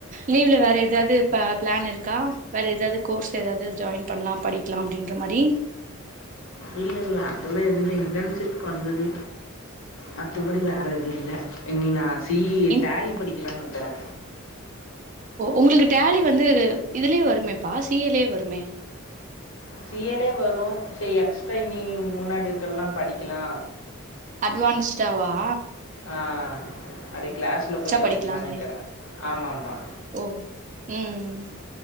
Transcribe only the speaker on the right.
லீவ்ல வேற எதாது ப பிளான் இருக்கா வேற எதாது கோர்ஸ் எதாது ஜாயின் பண்லாம் படிக் க்லா அப்டின்ற மாரி
இன்
ஓ உங்ளுக்கு டேலி வந்து இதுலியே வருமேப்பா சீ ஏலேயே வருமே
அட்வான்ஸ்ட்டாவா
படிக்கலான் நெனை
ஓ ம்